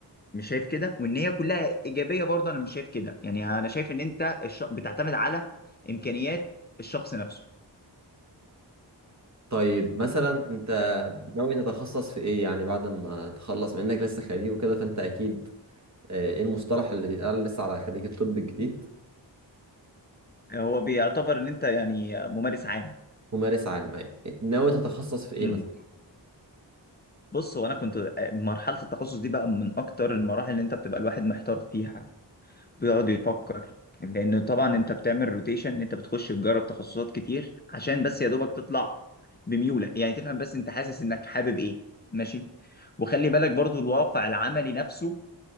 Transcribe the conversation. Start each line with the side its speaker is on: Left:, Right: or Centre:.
Left: مش شايف كده وان هي كلها ايجابيه برضه انا مش شايف كده يعني انا شايف ان انت الش... بتعتمد على امكانيات الشخص نفسه
Right: طيب مثلا انت ناوي تتخصص في ايه يعني بعد ما تخلص منك لسه خريج وكده فانت اكيد آه، ايه المصطلح اللي بيتقال لسه على خريج الطب الجديد
Left: هو بيعتبر ان انت يعني ممارس عام
Right: ممارس عام يعني ناوي تتخصص في ايه
Left: امم
Right: مثلا
Left: بص هو انا كنت آه، مرحله التخصص دي بقى من اكتر المراحل اللي انت بتبقى الواحد محتار فيها بيقعد يفكر لان طبعا انت بتعمل روتيشن انت بتخش تجرب تخصصات كتير عشان بس يا دوبك تطلع بميولك يعني تفهم بس انت حاسس انك حابب ايه ماشي وخلي بالك برضو الواقع العملي نفسه